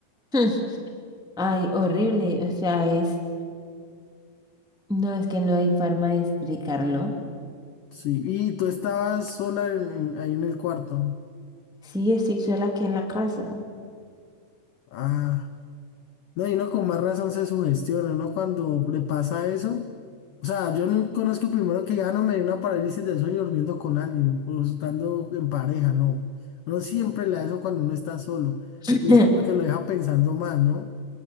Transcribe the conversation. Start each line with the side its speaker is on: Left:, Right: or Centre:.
Centre: <laughs> Ay, horrible. O sea, es, no es que no hay forma de explicarlo.
Left: Sí, y tú estabas sola en- en- ahí en el cuarto.
Centre: Sí, estoy sola aquí en la casa.
Left: Ah. No, y uno con más razón se sugestiona, ¿no? Cuando le pasa eso. O sea, yo no conozco primero que ya no me dio una parálisis del sueño durmiendo con alguien o estando en pareja, no. Uno siempre la da eso cuando uno está solo.
Centre: <laughs>
Left: Entonces como que lo deja pensando más, ¿no?